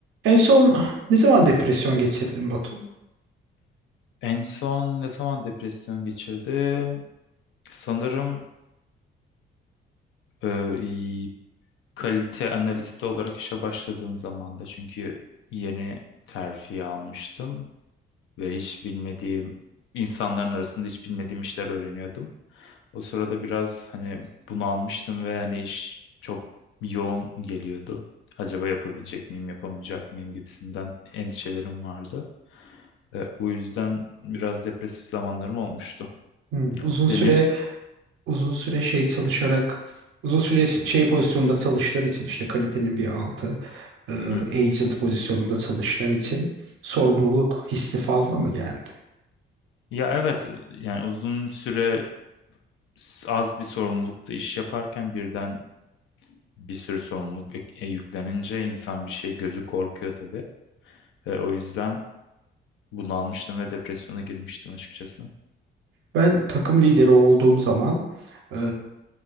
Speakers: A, on the right; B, on the left.
A: En son ne zaman depresyon geçirdin Batu?
B: En son ne zaman depresyon geçirdim? Sanırım e, iyi- kalite analisti olarak işe başladığım zamanda çünkü yeni terfi almıştım ve hiç bilmediğim insanların arasında hiç bilmediğim işler öğreniyordum. O sırada biraz hani bunu almıştım ve hani iş çok yoğun geliyordu. Acaba yapabilecek miyim, yapamayacak mıyım gibisinden endişelerim vardı. E, bu yüzden biraz depresif zamanlarım olmuştu.
A: Hmm, uzun
B: Senin?
A: süre uzun süre şey çalışarak uzun süre şey pozisyonda çalıştığın için işte kalitenin bir altı e,
B: <laughs>
A: agent pozisyonunda çalıştığın için sorumluluk hissi fazla mı geldi?
B: Ya evet yani uzun süre s- az bir sorumlulukta iş yaparken birden bir sürü sorumluluk ek- e, yüklenince insan bir şey gözü korkuyor tabii. Ve o yüzden bunu almıştım ve depresyona girmiştim açıkçası.
A: Ben takım lideri olduğum zaman eee,